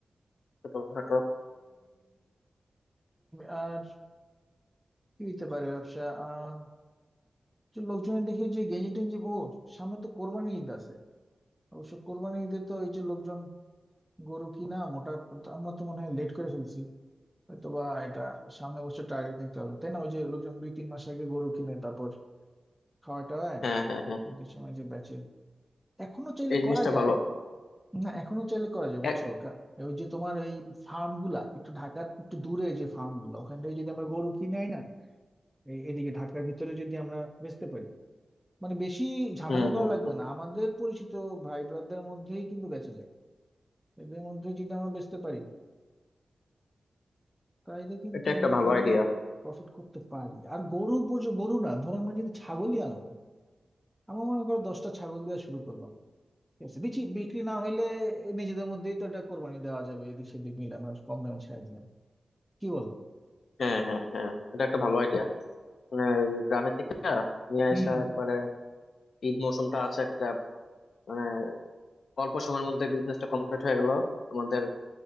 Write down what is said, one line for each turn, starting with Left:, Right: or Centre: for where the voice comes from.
Left: ছোটখাটো
Centre: আর কি হইতে পারে ব্যবসা আহ যে লোকজনের দেখি যে গেঞ্জি টেঞ্জি ও সামনে তো কোরবানি ঈদ আছে অবশ্য কোরবানি ঈদে তো এই যে লোকজন গরু কিনা মোটা আমরা তো মনে হয় লেট করে ফেলছি হয়তো বা এটা সামনের বছর টার্গেট নিতে হবে তাই না ওই যে লোকজন দুই তিন মাস আগে গরু কিনে তারপর খাওয়ায় টাওয়ায়
Left: হ্যাঁ হ্যাঁ হ্যাঁ
Centre: ঈদের সময় যে বেচে এখনো চাইলে
Left: এই জিনিসটা
Centre: করা যায়
Left: ভালো
Centre: না এখনো চাইলে করা যায় বুঝছো
Left: এক-
Centre: কা- ওই যে তোমার ওই ফার্ম গুলা একটু ঢাকার একটু দূরে যে ফার্ম গুলা ওখান থেকে যদি আমরা গরু কিনে আই না এ- এদিকে ঢাকার ভিতরে যদি আমরা বেচতে পারি মানে বেশি ঝামেলা
Left: হুম
Centre: করা
Left: হুম
Centre: লাগবে
Left: হুম
Centre: না আমাদের পরিচিত ভাই ব্রাদারদের মধ্যেই কিন্তু বেচে যায় এদের মধ্যে যদি আমরা বেচতে পারি তাইলে কিন্তু
Left: এটা একটা
Centre: আমরা
Left: ভালো
Centre: এখানে
Left: আইডিয়া
Centre: প্রফিট করতে পারি আর গরু পর্যন্ত গরু না ধরো আমরা যদি ছাগলই আনলাম আমার মনে করো দশটা ছাগল দেওয়া শুরু করলাম ঠিক আছে বিচি বিক্রি না হইলে নিজেদের মধ্যেই তো এটা কোরবানি দেওয়া যাবে এদিক সেদিক মিলে আমরা কম দামে ছেড়ে দিলাম কি বলো
Left: হ্যাঁ হ্যাঁ হ্যাঁ এটা একটা ভালো আইডিয়া মানে ওই গ্রামের থেকে নিয়ে
Centre: হুম
Left: আসা
Centre: হুম
Left: একবারে ঈদ মৌসুমটা আছে একটা মানে অল্প সময়ের মধ্যে বিজনেসটা কমপ্লিট হয়ে গেল আমাদের